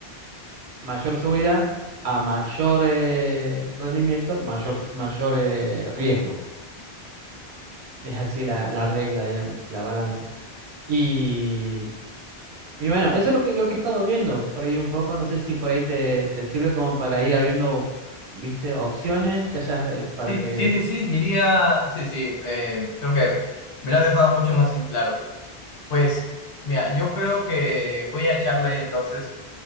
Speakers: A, on the right; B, on the left.
A: mayor seguridad, a mayor eh, rendimiento, mayor, mayor eh, riesgo. Es así la, la regla, digamos, la balanza. Y, y bueno, eso es lo que, lo que he estado viendo por ahí un poco. No sé si por ahí te, te sirve como para ir abriendo, viste, opciones que hayas, eh, para
B: Sí,
A: que...
B: sí, sí, sí, diría, sí, sí, eh, creo que me lo ha dejado mucho más en claro. Pues, mira, yo creo que voy a echarle entonces,